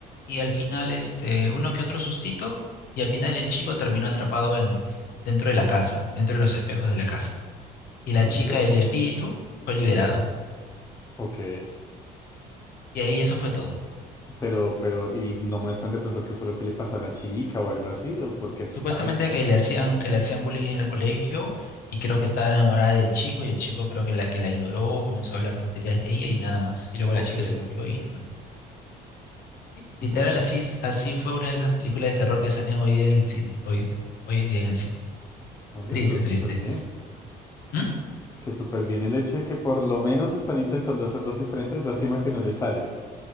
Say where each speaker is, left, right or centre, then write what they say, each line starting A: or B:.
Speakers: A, on the left; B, on the left.
A: y al final este, uno que otro sustito y al final el chico terminó atrapado en, dentro de la casa, dentro de los espejos de la casa. Y
B: vale,
A: la chica, el espíritu, fue liberado.
B: ok.
A: Y ahí eso fue todo.
B: Pero, pero, ¿y no muestran de pronto qué fue lo que le pasó a la chica o algo así? ¿O por qué se
A: Supuestamente
B: estaba vengando?
A: que le hacían, que le hacían bullying en el colegio y creo que estaba enamorada del chico y el chico creo que la que la ignoró, comenzó a hablar tonterías de ella y nada más. Y luego
B: Ok,
A: la chica se murió y nada más. Literal,
B: bueno,
A: así, s- así fue una de esas películas de terror que salían hoy día en el cine. Hoy, hoy en día en el cine.
B: oye,
A: Triste,
B: pero súper
A: triste.
B: bien.
A: ¿Mm?
B: Que súper bien el hecho de que por lo menos están intentando hacerlas diferentes, lástima que no les salen.